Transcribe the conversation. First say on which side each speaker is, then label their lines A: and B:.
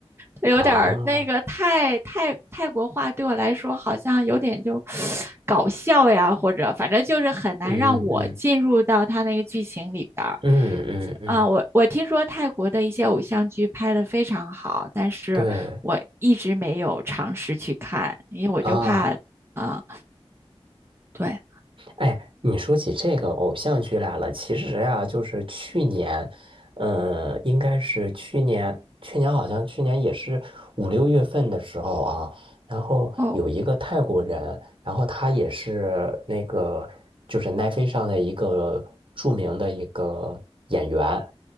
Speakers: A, on the right (about 25°); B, on the right (about 55°).
A: 他有点儿那个泰泰泰国话对我来说好像有点就
B: 啊，
A: <sniffs> 搞笑呀，或者反正就是很难让我进入到他那个剧情里边儿。
B: 嗯嗯嗯嗯嗯，
A: 啊，我我听说泰国的一些偶像剧拍的非常好，但是我一直没有尝试去看，
B: 对
A: 因为我就怕，
B: 啊。
A: 啊、对，
B: 哎，你说起这个偶像剧来了，其实呀、就是去年，嗯，应该是去年，去年好像去年也是五六月份的时候啊，然后有一个泰国人，
A: 哦
B: 然后他也是那个就是奈飞上的一个著名的一个演员，